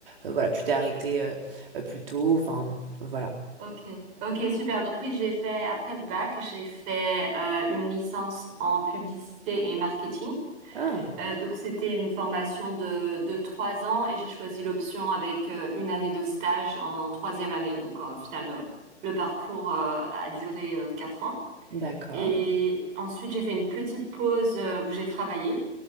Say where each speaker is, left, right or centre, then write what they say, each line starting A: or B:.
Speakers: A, on the right (about 50°); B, on the right (about 20°).
A: euh, voilà, tu t'es arrêté euh, euh, plus tôt. Enfin, voilà.
B: Ok, ok, super. Donc oui, j'ai fait, après le bac, j'ai fait euh, une licence en publicité et marketing.
A: Ah,
B: Euh, donc c'était une formation de, de trois ans et j'ai choisi l'option avec euh, une année de stage en troisième année. Donc euh, au final, euh, le parcours euh, a duré euh, quatre ans.
A: d'accord.
B: Et ensuite, j'ai fait une petite pause euh, où j'ai travaillé.